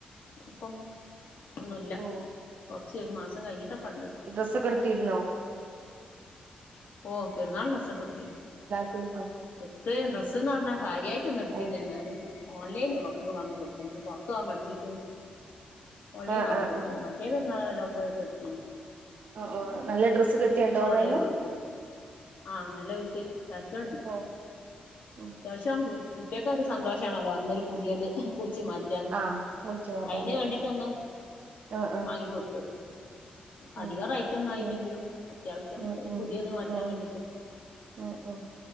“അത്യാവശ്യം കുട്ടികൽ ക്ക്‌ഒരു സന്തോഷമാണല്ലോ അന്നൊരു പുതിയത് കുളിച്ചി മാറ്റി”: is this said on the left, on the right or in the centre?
Left